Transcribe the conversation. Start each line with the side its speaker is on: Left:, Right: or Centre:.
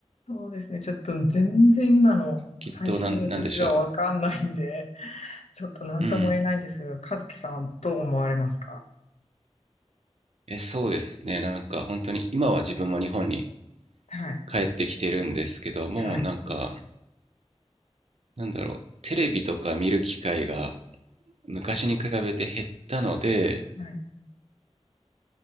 Left: そうですね。ちょっと全然今の最新の曲がわかんないんで、
Right: きっとなん、なんでしょ
Left: ちょっと何とも言えないんですけど、
Right: う。うん。
Left: 和樹さんはどう思われますか
Right: え、そうですね。なんか本当に今は自分も日本に
Left: はい。
Right: 帰ってきてるんですけど、もうなんか、
Left: はい。
Right: なんだろう、テレビとか見る機会が昔に比べて減ったので、
Left: はい。